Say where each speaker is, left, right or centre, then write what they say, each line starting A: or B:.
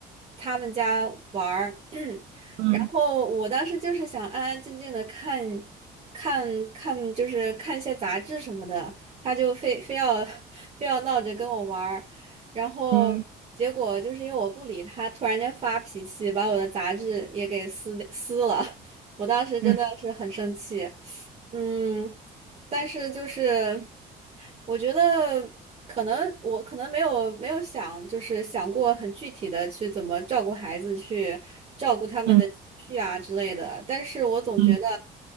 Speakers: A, on the right; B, on the right.
A: 他们家玩儿，<clears throat>
B: 嗯
A: 然后我当时就是想安安静静的看看看，就是看一些杂志什么的，她就非非要 <laughs> 非要闹着跟我玩儿。然后结果就是因为我不理他，
B: 嗯
A: 突然间发脾气，把我的杂志也给撕撕了。<laughs> 我当时真的是很生气，
B: 嗯
A: 嗯，但是就是我觉得可能我可能没有没有想就是想过很具体的去怎么照顾孩子，去照顾他们的情绪啊之类的，
B: 嗯
A: 但是我总觉得
B: 嗯